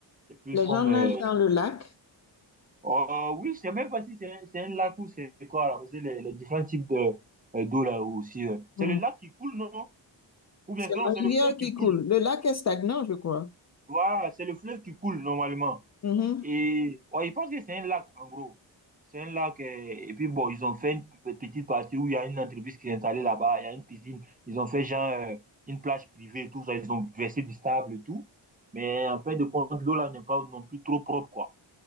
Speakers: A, on the right; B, on the left.
A: C'est plus
B: Les
A: comme.
B: gens nagent
A: euh,
B: dans le lac.
A: oh, oui, je sais même pas si c'est un, c'est un lac ou c'est quoi, là, parce que les, les différents types de, euh, d'eau là aussi. euh. C'est
B: Mm.
A: le lac qui coule, non? Ou
B: C'est
A: bien sinon,
B: la
A: c'est
B: rivière
A: le fleuve
B: qui
A: qui coule.
B: coule. Le lac est stagnant, je crois.
A: Voilà, c'est le fleuve qui coule normalement.
B: Mhm.
A: Et ouais, je pense que c'est un lac, en gros. C'est un lac. euh, et puis bon, ils ont fait une p- petite partie où il y a une entreprise qui est installée là-bas. Il y a une piscine. Ils ont fait genre euh, une plage privée et tout ça. Ils ont versé du sable et tout. Mais en fin de compte, l'eau là n'est pas non plus trop propre, quoi.